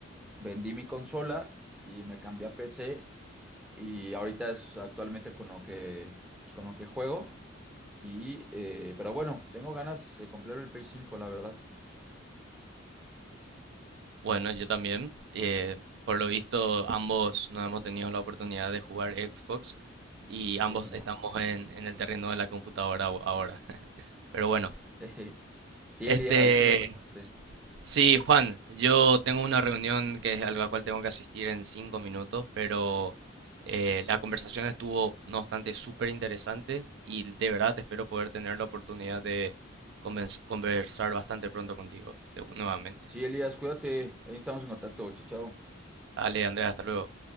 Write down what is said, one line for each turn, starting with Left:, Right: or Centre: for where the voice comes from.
Centre: vendí mi consola y me cambié a PC Y ahorita es actualmente con lo que, pues con lo que juego. Y, eh, pero bueno, tengo ganas de comprar el Play 5, la verdad.
Right: Bueno, yo también. eh, por lo visto, ambos no hemos tenido la oportunidad de jugar Xbox y
Centre: Sí,
Right: ambos
Centre: no.
Right: estamos en, en el terreno de la computadora a- ahora. <laughs> Pero bueno,
Centre: <laughs> Sí,
Right: este,
Centre: Elías, totalmente.
Right: Sí, Juan, yo tengo una reunión que es a la cual tengo que asistir en cinco minutos, pero eh, la conversación estuvo, no obstante, súper interesante y de verdad espero poder tener la oportunidad de convenz- conversar bastante pronto contigo, de- nuevamente.
Centre: Sí, Elías, cuídate. Ahí estamos en contacto. Chao, chao.
Right: Dale, Andrea, hasta luego.